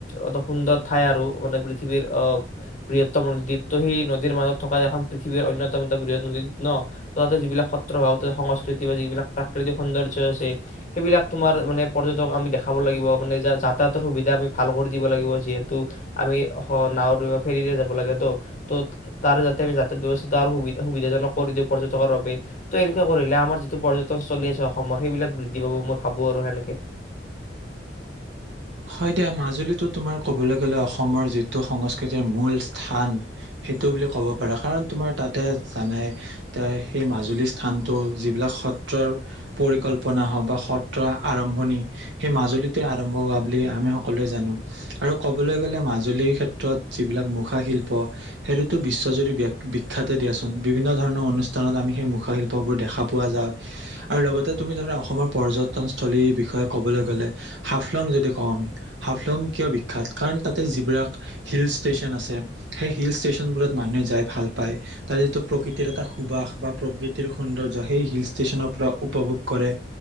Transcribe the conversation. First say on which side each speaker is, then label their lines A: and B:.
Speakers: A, on the left; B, on the right.
A: অত সুন্দৰ ঠাই আৰু মানে পৃথিৱীৰ অ বৃহত্তম নদী দ্বীপ টো সেই নদীৰ মাজত থকা এখন পৃথিৱীৰ অন্যতম এটা বৃহৎ নদীৰ ন ত তাতে যিবিলাক সত্ৰ হওক সংস্কৃতি বা যিবিলাক প্ৰাকৃতিক সৌন্দৰ্য আছে সেইবিলাক তোমাৰ মানে পৰ্যটক আমি দেখা খাব লাগিব মানে যাতায়তৰ সুবিধা আমি ভাল কৰি দিব লাগিব যিহেতু আমি নাওঁ ফেৰীৰে যাব লাগে ত ত তাৰ যাতে আমি যাতায়াত ব্যৱস্থা সুবিধাজনক কৰি দিওঁ পৰ্যটকৰ বাবে ত এনেকুৱা কৰিলে আমাৰ যিটো পৰ্যটন চলি আছে অসমৰ সেইবিলাক বৃদ্ধি পাব মই ভাবো আৰু সেনেকে
B: হয় দিয়া মাজুলীটো তোমাৰ ক'বলৈ গ'লে অসমৰ যিটো সংস্কৃতিৰ মূল স্থান সেইটো বুলি ক'ব পাৰা কাৰণ তোমাৰ তাতে জানাই তাৰ সেই মাজুলী স্থানটো যিবিলাক সত্ৰৰ পৰিকল্পনা হওক বা সত্ৰ আৰম্ভণি সেই মাজুলীতে আৰম্ভ হোৱা বুলি আমি সকলোৱে জানো আৰু ক'বলৈ গ'লে মাজুলীৰ ক্ষেত্ৰত যিবিলাক মুখাশিল্প সেইটোতো বিশ্বজুৰি ব্য বিখ্যাতে দিয়াচোন বিভিন্ন ধৰণৰ অনুষ্ঠানত আমি সেই মুখাশিল্পবোৰ দেখা পোৱা যায় আৰু লগতে তুমি ধৰা অসমৰ পৰ্যটনস্থলীৰ বিষয়ে ক'বলৈ গ'লে হাফলং যদি অ আমি হাফলং কিয় বিখ্যাত কাৰণ তাতে যিবিলাক হিল ষ্টেচন আছে সেই হিল ষ্টেচন বোৰত মানুহে যাই ভাল পায় তাৰে যিটো প্ৰকৃতিৰ এটা সুবাস বা প্ৰকৃতিৰ সৌন্দৰ্য সেই হিল ষ্টেচনৰ পৰা উপভোগ কৰে